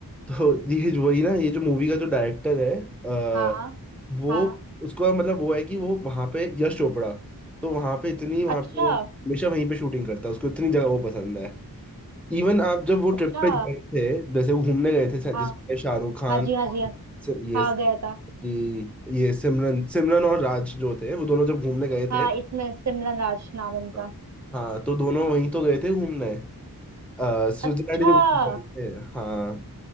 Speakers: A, in the centre; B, on the right.
A: तो ये जो- वही ना ये जो मूवी का जो डायरेक्टर है अ,
B: हाँ
A: वो
B: हाँ
A: उसका मतलब वो है कि वो वहाँ पे यश चोपड़ा तो वहाँ पे इतनी वहाँ
B: अच्छा
A: पे वो हमेशा वहीं पे शूटिंग करता है उसको इतनी जगह वो पसंद है इवन आप जब वो ट्रिप
B: अच्छा
A: पे गए थे जैसे वो घूमने गए थे जिसमें
B: हाँ
A: शाहरुख खान
B: हाँ जी हाँ
A: और
B: जी हाँ
A: सि- ये
B: हाँ गया था
A: कि ये सिमरन सिमरन और राज जो थे वो दोनों जब घूमने गए
B: हाँ
A: थे
B: इसमें सिमरन राज नाम है इनका
A: हाँ हाँ, तो दोनों वहीं तो गए थे घूमने अ, स्विट्जरलैंड
B: अच्छा
A: ही तो
B: हाँ
A: घूमने गए थे हाँ